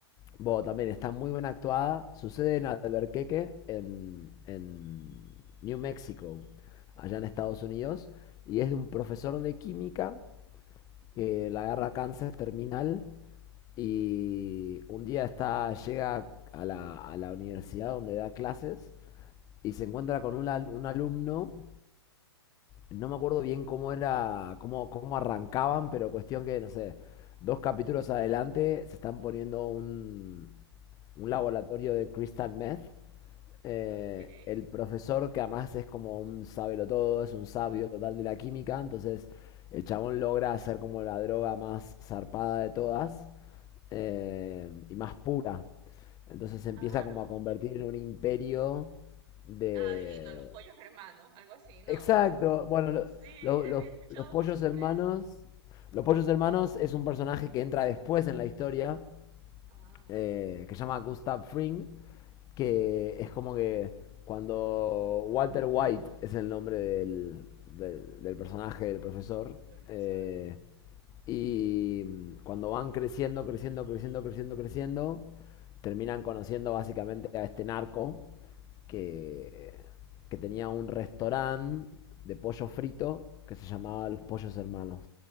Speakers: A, on the left; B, on the right.
A: bueno, también está muy bien actuada. Sucede en Albuquerque, en, en New Mexico, allá
B: Mm,
A: en Estados Unidos. Y es de un profesor de química que la agarra cáncer terminal. Y un día está, llega a la, a la universidad donde da clases y se encuentra con un, al- un alumno No me acuerdo bien cómo era, cómo, cómo arrancaban, pero cuestión que, no sé, dos capítulos adelante se están poniendo un, un laboratorio de crystal meth. Eh,
B: okay.
A: el profesor, que además es como un todo, es un sabio total de la química, entonces el chabón logra hacer como la droga más zarpada de todas eh, y más pura. Entonces se empieza
B: Ah,
A: como a convertir en un imperio de,
B: ah, adivino, los pollos hermanos, algo así, ¿no?
A: Exacto. Bueno, lo-
B: Sí,
A: lo- los,
B: había escuchado
A: los pollos
B: mucho sobre
A: hermanos.
B: eso.
A: Los pollos hermanos es un personaje que entra después en la historia,
B: Ah,
A: eh, que se llama Gustav Fring, que es como que cuando Walter White es el nombre del, del- del personaje del profesor.
B: profesor.
A: eh, y mm, cuando van creciendo, creciendo, creciendo, creciendo, creciendo, terminan conociendo básicamente a este narco que, que tenía un restaurante de pollo frito que se llamaba Los Pollos Hermanos.